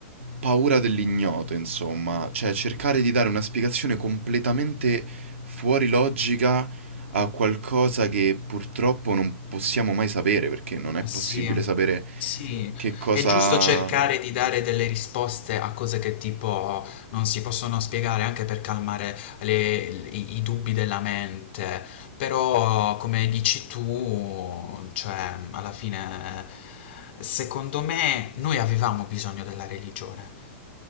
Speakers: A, on the right (about 70°); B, on the left (about 55°).
A: paura dell'ignoto, insomma, cioè cercare di dare una spiegazione completamente fuori logica a qualcosa che purtroppo non possiamo mai sapere, perché non è
B: Ma
A: possibile
B: sì,
A: sapere
B: sì,
A: che cosa...
B: è giusto cercare di dare delle risposte a cose che tipo non si possono spiegare anche per calmare le- i, i dubbi della mente, però come dici tu, cioè alla fine secondo me noi avevamo bisogno della religione